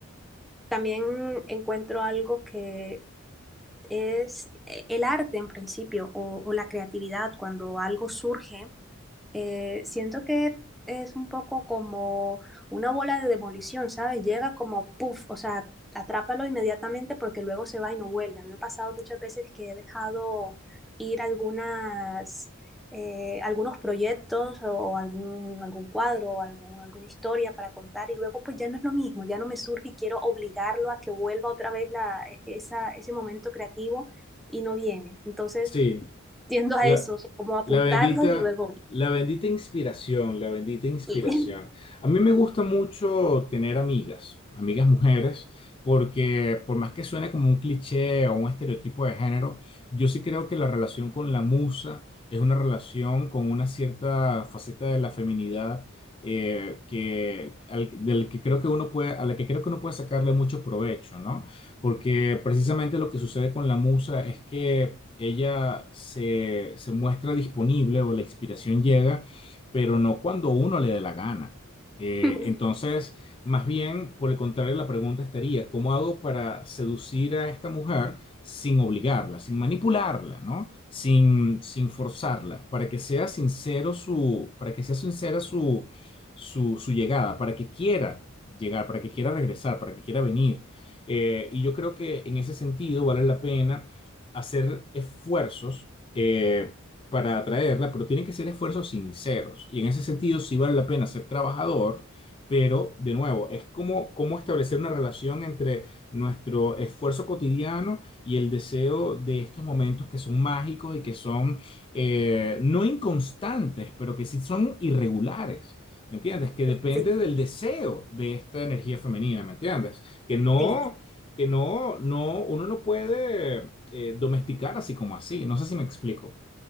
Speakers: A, in the centre; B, on the left.
A: también encuentro algo que es eh, el arte en principio o, o la creatividad cuando algo surge eh, siento que es un poco como una bola de demolición, ¿sabes? Llega como, puff, o sea, atrápalo inmediatamente porque luego se va y no vuelve. A mí me ha pasado muchas veces que he dejado ir algunas, eh, algunos proyectos o, o algún, algún cuadro o algún, alguna historia para contar y luego pues ya no es lo mismo, ya no me surge y quiero obligarlo a que vuelva otra vez la, e, esa, ese momento creativo y no viene. Entonces
B: Sí,
A: tiendo a
B: la,
A: eso, como apuntarlo
B: la bendita,
A: y luego...
B: la bendita inspiración, la bendita inspiración.
A: sí.
B: A mí me gusta mucho tener amigas, amigas mujeres, porque por más que suene como un cliché o un estereotipo de género, yo sí creo que la relación con la musa es una relación con una cierta faceta de la feminidad eh, que, al- del que creo que uno puede, a la que creo que uno puede sacarle mucho provecho, ¿no? Porque precisamente lo que sucede con la musa es que ella se, se muestra disponible o la inspiración llega, pero no cuando uno le dé la gana. Eh,
A: <laughs>
B: entonces, más bien, por el contrario, la pregunta estaría, ¿cómo hago para seducir a esta mujer sin obligarla, sin manipularla, ¿no? Sin, sin forzarla, para que sea sincero su, para que sea sincera su, su, su llegada, para que quiera llegar, para que quiera regresar, para que quiera venir. Eh, y yo creo que en ese sentido vale la pena hacer esfuerzos eh, para atraerla, pero tienen que ser esfuerzos sinceros. Y en ese sentido sí vale la pena ser trabajador, pero de nuevo, es como, como establecer una relación entre nuestro esfuerzo cotidiano y el deseo de estos momentos que son mágicos y que son eh, no inconstantes, pero que sí son irregulares. ¿Me entiendes? Que depende
A: Sí,
B: del deseo de esta energía femenina, ¿me entiendes? Que no,
A: sí.
B: que no, no, uno no puede eh, domesticar así como así. No sé si me explico.